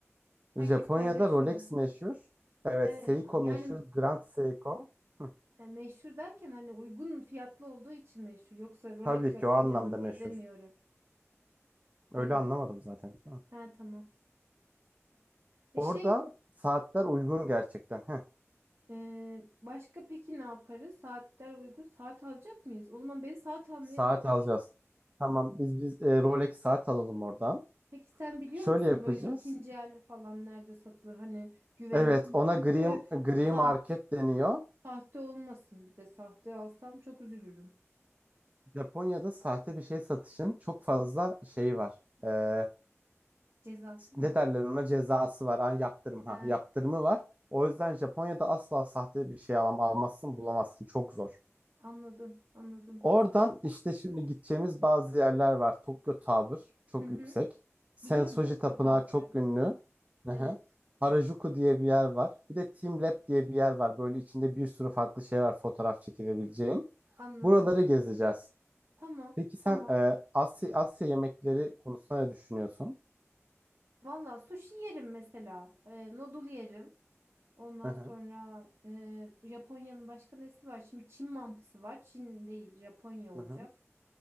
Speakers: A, on the right; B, on the right.
A: Herkes
B: Japonya'da
A: paylaşıyor.
B: Rolex meşhur. Evet,
A: Evet
B: Seiko
A: yani
B: meşhur. Grand Seiko. Hı,
A: e, meşhur derken hani uygun fiyatlı olduğu için meşhur. Yoksa Rolex
B: tabii
A: Japonya'nın
B: ki o anlamda
A: diye
B: meşhur.
A: demiyorum. Aynen.
B: Öyle anlamadım zaten. canım.
A: Ha tamam. E
B: Orada
A: şey
B: saatler uygun gerçekten. Heh.
A: e, başka peki ne yaparız? Saatler uygun. Saat alacak mıyız? O zaman beni saat almaya
B: Saat
A: götür.
B: alacağız. Tamam biz biz e, Rolex saat alalım oradan.
A: Peki sen biliyor
B: Şöyle
A: musun
B: yapacağız.
A: böyle ikinci el falan nerede satılır? Hani güvenilir
B: Evet
A: mi?
B: ona
A: Çünkü
B: gri, gri
A: sah
B: market deniyor.
A: sahte olmasın bir de sahte alsam çok üzülürüm.
B: Japonya'da sahte bir şey satışın çok fazla şeyi var. Ee,
A: Cezası mı?
B: ne derler ona cezası var. Ha, yaptırım
A: He,
B: ha yaptırımı var. O yüzden Japonya'da asla sahte bir şey alam, almazsın bulamazsın. Çok zor.
A: anladım anladım.
B: Oradan işte şimdi gideceğimiz bazı yerler var. Tokyo Tower çok
A: Hı hı.
B: yüksek. Sensoji
A: Biliyorum Tokyo
B: Tapınağı
A: Tower'ı.
B: çok ünlü. Aha.
A: Evet
B: Harajuku diye bir yer var. Bir de Team Lab diye bir yer var. Böyle içinde bir sürü farklı şey var fotoğraf çekilebileceğin.
A: anladım.
B: Buraları gezeceğiz.
A: Tamam
B: Peki
A: tamam.
B: sen e, Asya, Asya yemekleri konusunda ne düşünüyorsun?
A: Valla sushi yerim mesela. E, noodle yerim. Ondan
B: Aha,
A: sonra e, Japonya'nın başka nesi var? Şimdi Çin mantısı var. Çin değil Japonya olacak.
B: aha.